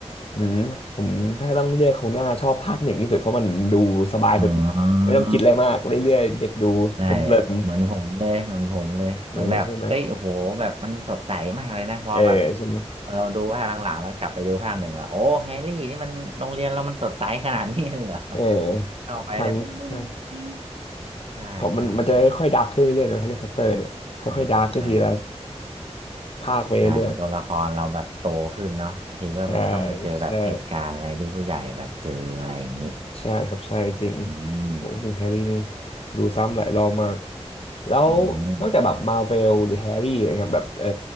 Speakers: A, on the left; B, on the right.
A: อืมผมถ้าต้องเลือกคงน่าชอบภาคหนึ่งที่สุดเพราะมันดูสบายสุด
B: อ๋อ
A: ไม่ต้องคิดอะไรมากเรื่อยๆเด็กดูเพลิน
B: ได้เหมือนผมเลยเหมือนผมเลยเหมือนแบบเอ้ยโอ้โหแบบมันสดใสมากเลยนะพอแบบ
A: ๆเออใช่ไหมเออใช่ไหม
B: พอเราดูภาคหลังๆแล้วกลับไปดูภาคหนึ่งว่าโอ้แฮร์รี่นี่มันโรงเรียนเรามันสดใสขนาดนี้เลยเหรอ
A: เออ
B: เอาไปเนี่ยบึ้งบึ้งบิ้ง
A: ทันใช่
B: ใช่ใช่อ่า
A: ผมมันมันจะค่อยๆดาร์กขึ้นเรื่อยๆเนอะแฮร์รี่พอตเตอร์เนี่ยค่อยๆดาร์กขึ้นทีละ
B: ใช่ใช่เหมือน
A: ภาคไปเรื่อย
B: ใช่เหมือนตัวละครเราแบบโตขึ้นเนาะบางทีก็ไปต้องไปเจอแบบเหตุการณ์อะไรที่ผู้ใหญ่แบบเจออะไรอย่างนี้
A: ๆใช่ใช่ใช่ครับใช่จริง
B: อืม
A: โหพูดถึงแฮร์รี่นี่ดูซ้ำหลายรอบมากแล้วนอกจากแบบมาเวลหรือแฮร์รี่อะไรครับแบบเออ
B: อืม